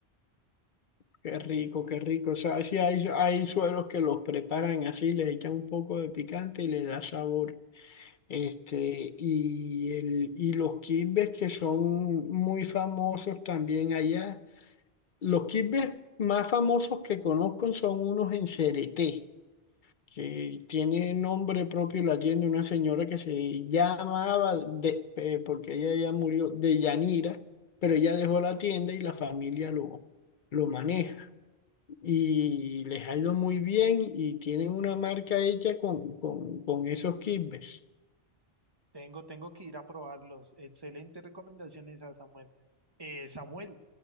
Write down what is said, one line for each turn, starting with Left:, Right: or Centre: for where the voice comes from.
Left: Qué rico, qué rico. O sea, sí hay, hay sueros que los preparan así, le echan un poco de picante y le da sabor. Este, y, el, y los quimbes que son muy famosos también allá. Los quimbes más famosos que conozco son unos en Cereté, que tiene nombre propio la tienda, una señora que se llamaba, de, eh, porque ella ya murió, de Yanira, pero ella dejó la tienda y la familia lo, lo maneja y les ha ido muy bien y tienen una marca hecha con, con, con esos kibbes.
Right: Tengo, tengo que ir a probarlos. Excelentes recomendaciones a Samuel. Eh, Samuel,